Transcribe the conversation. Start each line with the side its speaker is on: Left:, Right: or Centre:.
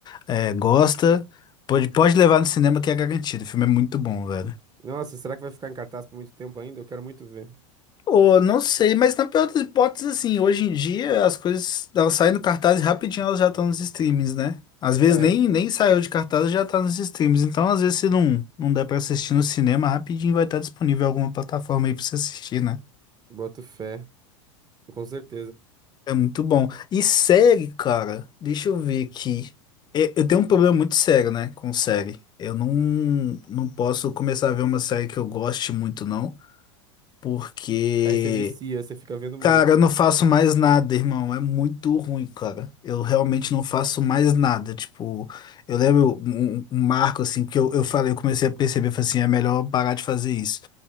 Left: é, gosta, pode, pode levar no cinema que é garantido. O filme é muito bom, velho.
Right: Nossa, será que vai ficar em cartaz por muito tempo ainda? Eu quero muito ver.
Left: Pô, não sei, mas na pior das hipóteses, assim, hoje em dia as coisas, elas saem do cartaz e rapidinho elas já estão nos streams, né? Às vezes
Right: É,
Left: nem, nem saiu de cartaz e já tá nos streams. Então, às vezes, se não, não der pra assistir no cinema, rapidinho vai estar disponível em alguma plataforma aí pra você assistir, né?
Right: boto fé, com certeza.
Left: É muito bom. E série, cara, deixa eu ver aqui. Eu eu tenho um problema muito sério, né, com série. Eu não, não posso começar a ver uma série que eu goste muito, não, porque,
Right: Aí você vicia, você fica vendo muito.
Left: cara, eu não faço mais nada, irmão. É muito ruim, cara. Eu realmente não faço mais nada. Tipo, eu lembro um, um um marco, assim, que eu, eu falei, eu comecei a perceber, eu falei assim, é melhor eu parar de fazer isso.